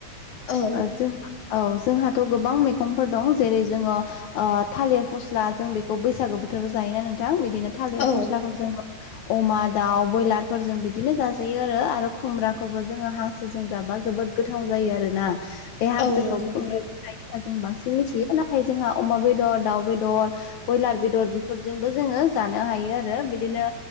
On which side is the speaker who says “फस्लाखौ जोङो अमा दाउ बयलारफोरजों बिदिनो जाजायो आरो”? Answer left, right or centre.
Left